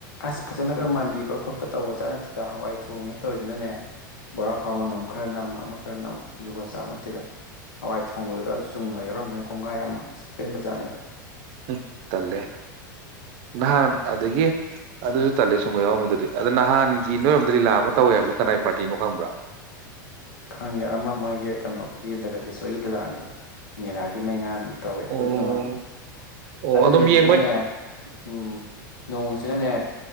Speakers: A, on the left; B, on the right.
A: ꯑꯁ ꯐꯖꯅꯒ ꯃꯥꯟꯕꯤꯕ ꯈꯣꯠꯄ ꯇꯧꯕꯖꯥꯠꯅꯠꯇꯤꯅ ꯍꯋꯥꯏ ꯊꯣꯡꯉꯤꯅꯦ ꯇꯧꯔꯤꯗꯨꯅꯅꯦ ꯕꯣꯔꯥꯈꯥꯎ ꯃꯅꯝ ꯈꯔ ꯅꯝ ꯑꯃ ꯈꯔ ꯅꯝ ꯖꯨꯒꯣꯠ ꯆꯥꯕ ꯅꯠꯇꯦꯗ ꯍꯋꯥꯏ ꯊꯣꯡꯕꯗꯨꯗ ꯆꯨꯝꯒ ꯌꯥꯎꯔꯝꯕꯅ ꯀꯣꯡꯒꯥꯏ ꯑꯃ ꯑꯁ ꯄꯦꯟꯕꯖꯥꯠꯅꯤꯗ
B: ꯎꯝ ꯇꯜꯂꯦ ꯅꯍꯥꯟ ꯑꯗꯒꯤ ꯑꯗꯨꯁꯨ ꯇꯜꯂꯦ ꯆꯨꯝꯒ ꯌꯥꯎꯔꯝꯕꯗꯨꯗꯤ ꯑꯗꯣ ꯅꯍꯥꯟꯒꯤ ꯅꯣꯏꯔꯣꯝꯗ ꯂꯤꯂꯥ ꯑꯃ ꯇꯧꯋꯦ ꯍꯥꯏꯕꯗꯣ ꯀꯅꯥꯏ ꯄꯥꯔꯇꯤꯅꯣ ꯈꯪꯕ꯭ꯔꯥ
A: ꯈꯪꯒꯦ ꯑꯃ ꯃꯣꯏꯒꯤ ꯀꯩꯅꯣꯒꯤ ꯖꯒꯗꯦꯁꯣꯔꯒꯤ ꯂꯤꯂꯥꯅꯤ ꯃꯦꯔꯥꯒꯤ ꯃꯩꯉꯥꯟ ꯇꯧꯋꯦ
B: ꯑꯣ
A: ꯑꯗꯨꯝ ꯅꯨꯡꯉꯥꯏ
B: ꯑꯣ
A: ꯑꯗꯨ
B: ꯑꯗꯨꯝ
A: ꯅꯨꯃꯤꯠꯇꯨꯅꯅꯦ
B: ꯌꯦꯡꯕꯩ
A: ꯎꯝ ꯅꯣꯡꯁꯤꯅꯅꯦ